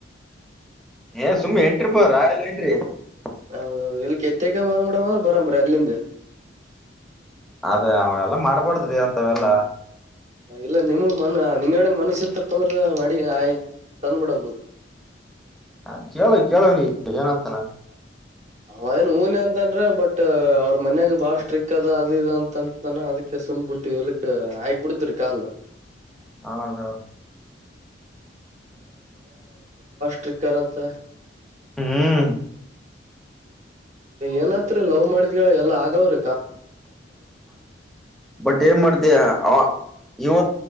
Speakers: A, in the centre; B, on the right (about 40°).
A: ಏ, ಸುಮ್ಮಿ, ಎಂಟ್ರಿ ಪ, ರಾಯಲ್, ಎಂಟ್ರಿ. <unintelligible>
B: ಹೌೌದು ಇಲ್ಲಿ ಕೆತ್ತಕ ಮಡ ಮ ಬರಂಬರ ಅಲ್ಲಿಂದ
A: ಅದೇ ಅವ ಎಲ್ಲ ಮಾಡ್ಬಾರಡ್ದ್ರಿ ಅಂತವೆಲ್ಲಾ
B: ಇಲ್ಲ ನಿಮಗ್ ಮನ್ ನಿಂಗಡ ಮನಸ ಇತ್ತಪ್ಪ ಅಂದ್ರ ಮಡಿಗೆ ಆಯ ತಂದುಬಡ
A: ಹಾ ಕೇಳೋ ಕೇಳುವಿನಿ ಏನಂತಾನ
B: ಅವ ಏನ್ ಊನ ಅಂತನ್್ರ ಬಟ್ ಅವ್ರ ಮನ್ಯಾಗ ಬಾಳ ಸ್ಟ್ರಿಕ್ ಅದ ಅದ ಅಂತಂತಾನ ಅದಕ್ಕೆ ಸೊಂಂಬುಟ್ಟ ಇದಳಕ್ಕೆ ಆಗಕ ಬಿಡತರು ಕಾಲ
A: ಹೌದೌದು
B: ಟ್ರಕ್ಕರ್ ಅಂತ
A: ಹ್ಮ್
B: ಏನತ್ರಿ ಲವ್ ಮಾಡಿದ್ ಎಲ್ಲಾ ಆಗವ್ರ
A: ಬಟ್ ಏನ್ ಮಾಡ್ತಯ ಅವ ಇವ